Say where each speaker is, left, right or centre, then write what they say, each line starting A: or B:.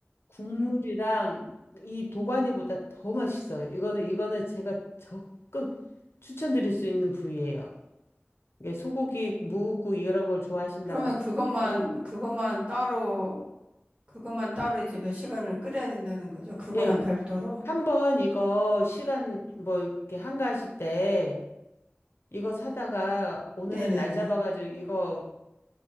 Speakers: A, on the left (about 70°); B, on the right (about 25°).
A: 국물이랑 이 도가니보다 더 맛있어요. 이거는 이거는 제가 적극 추천드릴 수 있는 부위예요. 이게 소고기, 무국 이런 걸 좋아하신다고
B: 그러면 그것만,
A: 하면
B: 그것만 따로, 그것만 따로 이제 몇 시간을 끓여야 된다는 거죠. 그것만
A: 예,
B: 별도로.
A: 한번 이거 시간 뭐 이렇게 한가하실 때 이거 사다가 오늘은
B: 네네네.
A: 날 잡아가지고 이거